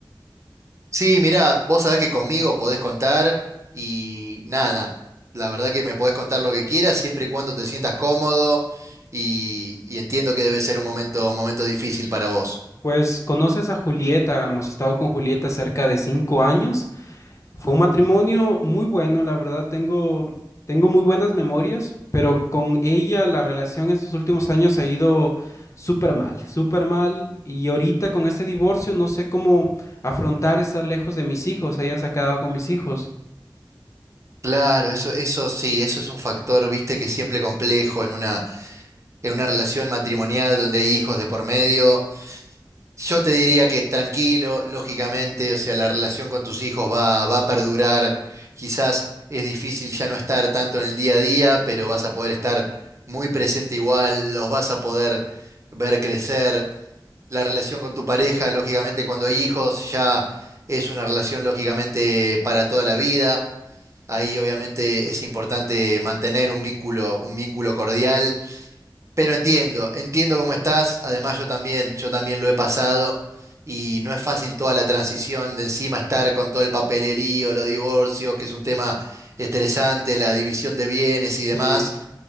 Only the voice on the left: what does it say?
Pues conoces a Julieta, hemos estado con Julieta cerca de cinco años Fue un matrimonio muy bueno, la verdad, tengo, tengo muy buenas memorias, pero con ella la relación en estos últimos años ha ido súper mal, súper mal, y ahorita con este divorcio no sé cómo afrontar estar lejos de mis hijos, ella se ha quedado con mis hijos.
Sí,